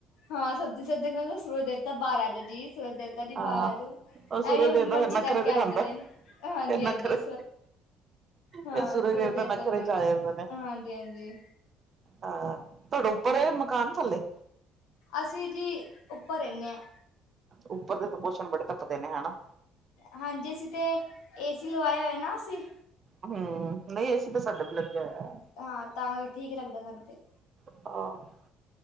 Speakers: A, on the left (about 75°); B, on the right (about 45°).
A: ਹਾਂ ਸਰਦੀ ਸਰਦੀ ਸੂਰਜ ਦੇਵਤਾ ਬਹਾਰ ਆ ਜਾਂਦੇ ਜੀ ਸੂਰਜ ਦੇਵਤਾ ਜੀ
B: ਹਾਂ
A: ਬਾਹਰ ਆ ਜਾਓ। ਇਹ
B: ਉਹ ਸੂਰਜ
A: ਵੀ ਆਪਣੀ
B: ਦੇਵਤਾ
A: ਮਰਜੀ
B: ਫਿਰ ਨਖਰੇ
A: ਕਰਕੇ
B: ਦਿਖਾਉਂਦਾ
A: ਆਉਂਦੇ ਨੇ ਹਾਂਜੀ
B: ਫਿਰ ਨਖਰੇ
A: ਹਾਂਜੀ। ਹਾਂ
B: ਇਹ
A: ਸੂਰਜ ਦੇਵਤਾ
B: ਨਖਰੇ
A: ਵੀ
B: ਚ ਆ ਜਾਂਦੇ ਨੇ
A: ਹਾਂਜੀ ਹਾਂਜੀ।
B: ਹਾਂ ਤੁਹਾਡਾ ਉੱਪਰ ਮਕਾਨ ਕੇ ਥੱਲੇ?
A: ਅਸੀਂ ਜੀ ਉੱਪਰ ਰਹਿੰਦੇ ਹਾਂ।
B: ਉੱਪਰ ਦੇ ਪੋਸ਼ਣ ਬੜੇ ਤੱਪਦੇ ਨੇ ਹਨਾ?
A: ਹਾਂਜੀ ਅਸੀਂ ਤੇ ਏ ਸੀ ਲਵਾਏ ਹੋਏ ਨਾ ਅਸੀਂ।
B: ਹਮ ਨਹੀਂ ਏ ਸੀ ਤੇ ਸਾਡੇ ਵੀ ਲੱਗਿਆ ਹੋਇਆ।
A: ਹਾਂ, ਤਾਂ ਠੀਕ ਰਹਿੰਦਾ ਖਾਂਣ ਤੇ।
B: <unintelligible>